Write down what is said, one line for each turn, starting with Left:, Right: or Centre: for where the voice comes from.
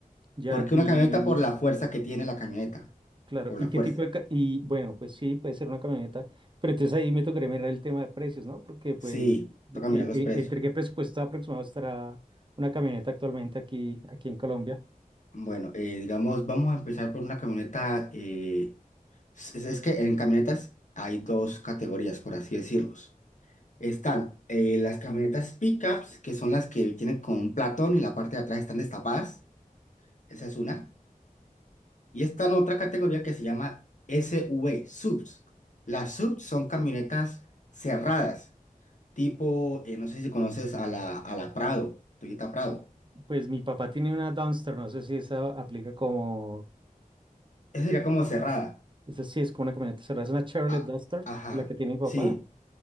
Right: ya,
Left: Porque
Right: y
Left: una camioneta por la fuerza que tiene la camioneta,
Right: claro,
Left: por
Right: ¿y
Left: la fuerza.
Right: qué tipo de...? ca- Y bueno, pues sí, puede ser una camioneta, pero entonces ahí me tocaría mirar el tema de precios, ¿no? Porque pues,
Left: Sí,
Right: de-
Left: toca
Right: en-
Left: mirar los
Right: en-
Left: precios.
Right: ¿entre qué presupuesto aproximado estará una camioneta actualmente aquí, aquí en Colombia?
Left: Bueno, eh, digamos, vamos a empezar por una camioneta. eh, es, es que en camionetas hay dos categorías, por así decirlos. Están eh, las camionetas pickups, que son las que tienen con un platón y la parte de atrás están destapadas. Esa es una. Y está en otra categoría que se llama SUV, subs. Las subs son camionetas cerradas, tipo, eh, no sé si conoces a la, a la Prado, Toyota Prado.
Right: Pues mi papá tiene una Duster, no sé si esa aplica como,
Left: Esa sería como cerrada.
Right: esa sí es como una camioneta cerrada, es una Chevrolet
Left: Ah,
Right: Duster,
Left: ajá.
Right: la que tiene mi papá.
Left: Sí,